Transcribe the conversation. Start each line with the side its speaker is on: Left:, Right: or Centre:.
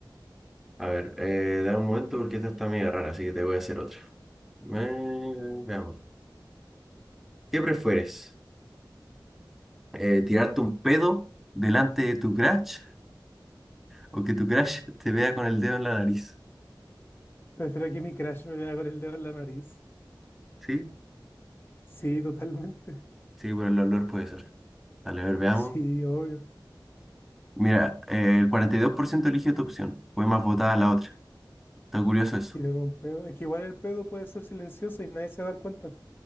Centre: A ver, eh, dame un momento porque esta está medio rara, así que te voy a hacer otra. Eh, veamos. ¿Qué prefieres? Eh, ¿tirarte un pedo delante de tu crush o que tu crush <laughs> te vea con el dedo en la nariz?
Left: Prefiero que mi crush me vea con el dedo en la nariz.
Centre: Sí,
Left: Sí, totalmente. <laughs>
Centre: Sí, por el olor puede ser. Vale, a ver, veamos.
Left: Sí, obvio.
Centre: Mira, eh, el 42% eligió tu opción. Fue más votada la otra. Está curioso eso.
Left: Tiraron un pedo. Es que igual el pedo puede ser silencioso y nadie se va a dar cuenta.